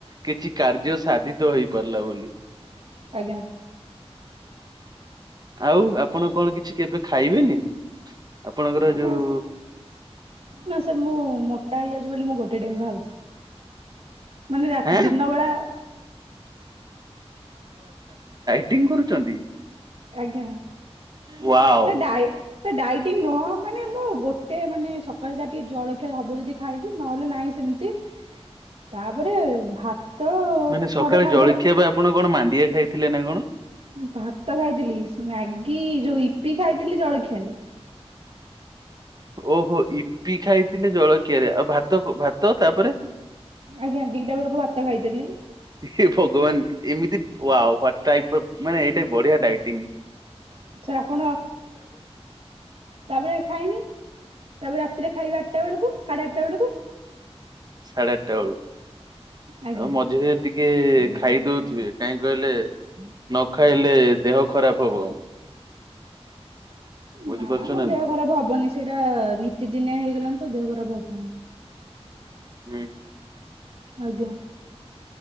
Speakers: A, on the right (about 40°); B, on the right (about 55°).
A: କିଛି କାର୍ଯ୍ୟ ସାଧିତ ହେଇପାରିଲା ବୋଲି।
B: ଆଜ୍ଞା
A: ଆଉ ଆପଣ କଣ କିଛି କେବେ ଖାଇବେନି? ଆପଣଙ୍କର ଯୋଉ
B: ନା ନା ସାର୍ ମୁଁ ମୋଟା ହେଇଯାଉଛି ବୋଲି ମୁଁ ଗୋଟେ ଟାଇମ ଖାଉଛି। ମାନେ ରାତି
A: ହେଁ
B: ଦିନ ବେଳା
A: ଡାଏଟିଂ କରୁଛନ୍ତି।
B: ଆଜ୍ଞା
A: wow.
B: Sir diet sir diet dieting ନୁହଁ ମାନେ ମୁଁ ଗୋଟେ ମାନେ ସକାଳେ ଯାହା ଟିକେ ଜଳଖିଆ ହବ ଯଦି ଖାଇବି ନହେଲେ ନାହିଁ ସେମିତି ତାପରେ ଭାତ
A: ମାନେ ସକାଳେ
B: ଥରେ ଖାଇଦେଲା
A: ଜଳଖିଆ ବା ଆପଣ କଣ ମା ମାଣ୍ଡିଆ ଖାଇଥିଲେ ନା କଣ?
B: ଭାତ ଖାଇଥିଲି ମ୍ୟାଗି ଯୋଉ ଇପି ଖାଇଥିଲି ଜଳଖିଆରେ
A: ଓହୋ ଇପି ଖାଇଥିଲେ ଜଳକିଆରେ ଆଉ ଭାତ ଭାତ ତାପରେ
B: ଆଜ୍ଞା ଦିିଇଟା ବେଳକୁ ଭାତ ଖାଇ ଦିଲ୍ଲୀ <inaudible>
A: ହେ ଭଗବାନ ଏମିତି ୱାଓ ୱାଟ ଟାଇପ୍ ଏ ମାନେ ଏଇଟା ବଢିଆ ଡାଇଟିଙ୍ଗ।
B: ସାର୍ ଆପଣ ତାପରେ ଖାଇନି ତାପରେ ତିରେ ଖାଇବେ ଆଠଟା ବେଳକୁ ସାଢେ ଆଠଟା ବେଳକୁ
A: ସାଢେ ଆଠଟା ବେଳକୁ
B: ଆଜ୍ଞା
A: ଆଉ ମଝିରେ ଟିକେ ଖାଇଦଉଥିବେ କାହିଁକି କହିଲେ ନ ଖାଇଲେ ଦେହ ଖରାପ ହବ ବୁଝିପାରୁଛ
B: ନା ମ ଦେହ
A: ନାଇଁ?
B: ଖରାପ ହବନି ସେଇଟା ନୀତିଦିନିଆ ହେଇ ଲାଣି ତ ଦେହ ଖରାପ ହବନି
A: ହୁଁ ହୁଁ।
B: ଆଜ୍ଞା।